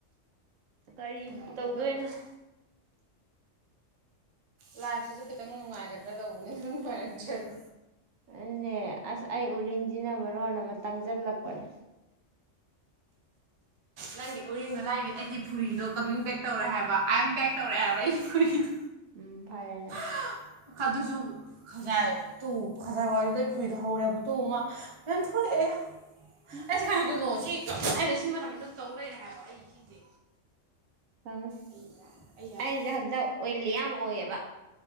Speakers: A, on the right; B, on the right.
A: ꯀꯔꯤꯕꯨ
B: ꯈꯪꯗꯦ
A: ꯇꯧꯗꯣꯏꯅꯣ
B: ꯇꯧꯔꯤꯁꯦ ꯂꯥꯏꯐꯁꯤꯁꯨ ꯈꯤꯇꯪ ꯅꯨꯡꯉꯥꯏꯒꯗ꯭ꯔꯥ ꯇꯧꯕꯅꯤ ꯑꯗꯨꯝ ꯅꯨꯡꯉꯥꯏꯔꯛꯇ꯭ꯔꯦ ꯑꯗꯣ
A: ꯑꯗꯨꯅꯦ ꯑꯁ ꯑꯩ ꯎꯔꯤꯡꯖꯤꯅ ꯃꯔꯣꯟꯑꯃ ꯇꯪꯖꯜꯂꯛꯄꯅꯦ
B: ꯅꯪꯒꯤ ꯎꯔꯤꯡꯗꯣ ꯂꯥꯏꯔꯤ ꯑꯩꯒꯤ ꯐꯨꯔꯤꯗꯣ ꯀꯃꯤꯡ ꯕꯦꯛ ꯇꯧꯔꯦ ꯍꯥꯏꯕ ꯑꯥꯏ ꯑꯦꯝ ꯕꯦꯛ ꯇꯧꯔꯛꯑꯦ ꯍꯥꯏꯕ ꯑꯩꯒꯤ ꯐꯨꯔꯤꯗꯣ
A: ꯎꯝ ꯐꯔꯦꯅ
B: ꯑ ꯑꯗꯨꯁꯨ ꯈꯖꯥꯏ ꯇꯨ ꯈꯖꯥꯏ ꯋꯥꯏꯗꯨꯗꯩ ꯐꯨꯔꯤꯗꯣ ꯍꯧꯔꯦꯕ ꯇꯨ ꯃꯥ ꯃꯌꯥꯝ ꯊꯣꯛꯂꯛꯑꯦ ꯑꯌꯥ
A: ꯎꯝ
B: ꯑꯩꯁꯦ ꯀꯥꯃꯥꯏꯇꯧꯗꯣꯏꯅꯣ ꯁꯤ ꯑꯩꯅ ꯁꯤ ꯃꯇꯝꯁꯤ ꯑꯗꯨꯝ ꯇꯧ ꯂꯩꯔꯦ ꯍꯥꯏꯕ ꯑꯩ ꯁꯤꯁꯦ
A: ꯑꯣ
B: ꯑꯩ ꯌꯥ ꯑꯩ ꯌꯥꯗꯦ
A: ꯑꯩꯁꯨ ꯍꯟꯗꯛ ꯑꯣꯏꯜꯂꯤ ꯌꯥꯝ ꯑꯣꯏꯌꯦꯕ